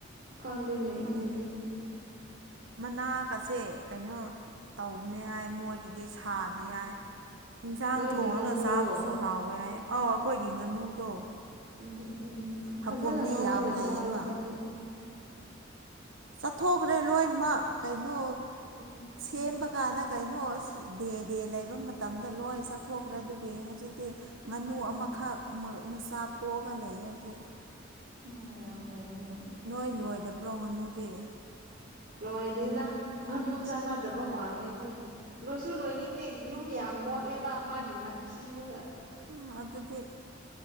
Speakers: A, on the right; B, on the right.
A: ꯈꯪꯗ‌ꯦꯅꯦ ꯑꯩꯈꯣꯏꯗꯤ
B: ꯍꯧꯖꯤꯛ ꯃꯅꯥꯀꯁꯦ ꯀꯩꯅꯣ ꯇꯧꯕꯅꯦ ꯍꯥꯏ ꯃꯣꯏ ꯑꯗꯒꯤꯗꯤ ꯁꯥꯗꯤ
A: ꯎꯝ
B: ꯌꯥꯏ ꯌꯦꯟꯁꯥꯡ
A: ꯅꯣꯏꯒꯤ
B: ꯊꯣꯡꯉꯒ
A: ꯉꯥꯅꯨꯔꯣ
B: ꯆꯥꯕꯁꯨ ꯍꯥꯎꯋꯤ ꯍꯣꯢ ꯑꯥꯎ ꯑꯩꯈꯣꯏꯒꯤ ꯉꯥꯅꯨꯗꯣ
A: ꯎꯝ ꯎꯝ
B: ꯍꯀꯨꯝꯗꯤ
A: ꯐꯖꯅ ꯉꯧꯔꯒ
B: ꯌꯥꯝ ꯂꯩꯌꯦꯕ
A: ꯆꯥꯔꯣ ꯑꯗꯨꯗꯤ
B: ꯆꯠꯊꯣꯛꯈ꯭ꯔꯦ ꯂꯣꯏꯅꯃꯛ ꯀꯩꯅꯣ
A: ꯎꯝ
B: ꯁꯦꯝꯕꯒꯥꯟꯗ ꯀꯩꯅꯣ ꯑꯁ ꯗꯦ ꯗꯦ ꯂꯩꯕ ꯃꯇꯝꯗ ꯂꯣꯏ ꯆꯠꯊꯣꯛꯈ꯭ꯔꯦ ꯑꯗꯨꯒꯤ ꯍꯧꯖꯤꯛ
A: ꯎꯝ
B: ꯉꯥꯅꯨ ꯑꯃꯈꯛ ꯃꯆꯥ ꯀꯣꯛꯑꯒ ꯂꯩꯌꯦ ꯍꯧꯖꯤꯛ
A: ꯎꯝ ꯌꯥꯝ ꯐꯩꯅꯦ
B: ꯅꯣꯏ ꯂꯣꯏꯗꯕ꯭ꯔꯣ ꯉꯥꯅꯨꯗꯤ
A: ꯂꯣꯢꯗꯦꯗ ꯉꯥꯅꯨ ꯆꯥꯟꯅꯗꯕ ꯃꯥꯜꯂꯦ ꯑꯩꯈꯣꯏꯒꯤ ꯂꯣꯏꯁꯨ ꯂꯣꯏꯅꯤꯡꯗꯦ ꯌꯨꯝ ꯌꯥꯝ ꯃꯣꯠꯂꯦꯕ ꯃꯥꯒꯤ ꯃꯊꯤꯗꯨꯒ
B: ꯑꯥ ꯑꯗꯨꯗꯤ